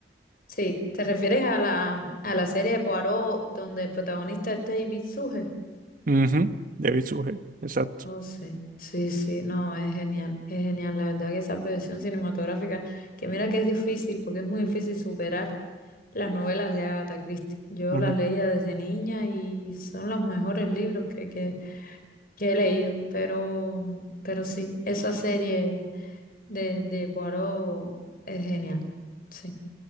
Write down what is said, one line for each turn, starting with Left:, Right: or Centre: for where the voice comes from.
Left: Sí, ¿te refieres a la, a la serie de Poirot donde el protagonista es David Suge?
Right: Ujú, David Sujet, exacto.
Left: Oh, sí, sí, sí, no, es genial, es genial. La verdad que esa producción cinematográfica, que mira que es difícil, porque es muy difícil superar las novelas de Agatha Christie. Yo
Right: Ujú.
Left: las leía desde niña y son los mejores libros que, que, que he leído, pero, mm, pero sí, esa serie de, de Poirot es genial. Sí,